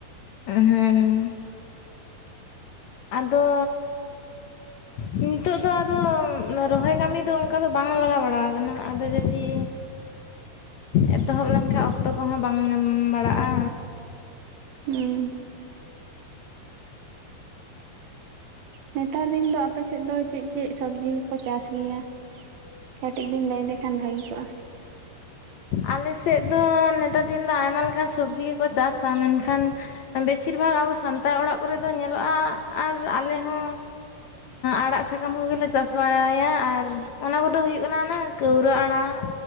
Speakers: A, on the left; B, on the right.
A: ᱦᱩᱸᱻ ᱟᱫᱚᱻ ᱱᱤᱛᱚᱜ ᱫᱚ ᱟᱫᱚ ᱨᱚᱦᱚᱭ ᱠᱟᱹᱢᱤ ᱫᱚ ᱚᱱᱠᱟ ᱫᱚ ᱵᱟᱝ ᱞᱟᱜᱟᱣ ᱵᱟᱲᱟᱣ ᱟᱠᱟᱱᱟ᱾ ᱟᱫᱚ ᱡᱚᱫᱤ ᱮᱛᱚᱦᱚᱵ ᱞᱮᱱᱠᱷᱟᱡ ᱚᱠᱛᱚ ᱠᱚᱦᱚᱸ ᱵᱟᱝ ᱧᱟᱢ ᱵᱟᱲᱟᱜᱼᱟ᱾
B: ᱦᱩᱸ ᱱᱮᱛᱟᱨ ᱫᱤᱱ ᱫᱚ ᱟᱯᱮ ᱥᱮᱫ ᱫᱚ ᱪᱮᱫ ᱪᱮᱫ ᱥᱚᱵᱡᱤ ᱠᱚᱠᱚ ᱪᱟᱥ ᱜᱮᱭᱟ? ᱠᱟᱹᱴᱤᱡ ᱵᱤᱱ ᱞᱟᱹᱭ ᱞᱮᱠᱷᱟᱱ ᱵᱷᱟᱹᱜᱤ ᱠᱚᱜᱼᱟ᱾
A: ᱟᱞᱮ ᱥᱮᱫ ᱫᱚ ᱱᱮᱛᱟᱨ ᱫᱤᱱ ᱫᱚ ᱟᱭᱢᱟ ᱞᱮᱠᱟᱱ ᱥᱚᱵᱡᱤ ᱜᱮᱠᱚ ᱪᱟᱥᱟ᱾ ᱢᱮᱱᱠᱷᱟᱱ ᱵᱮᱥᱤᱨ ᱵᱟᱜᱽ ᱟᱵᱚ ᱥᱟᱱᱛᱟᱲ ᱚᱲᱟᱜ ᱠᱚᱨᱮ ᱫᱚ ᱧᱮᱞᱚᱜᱼᱟ ᱟᱨ ᱟᱞᱮ ᱦᱚᱸ ᱟᱲᱟᱜ ᱥᱟ ᱫᱟᱢ ᱠᱚᱜᱮ ᱞᱮ ᱪᱟᱥ ᱵᱟᱲᱟᱭᱟ ᱟᱨ ᱚᱱᱟ ᱠᱚᱫᱚ ᱦᱩᱭᱩᱜ ᱠᱟᱱᱟ ᱚᱱᱟ ᱠᱟᱹᱣᱨᱟᱹ ᱟᱲᱟᱜ᱾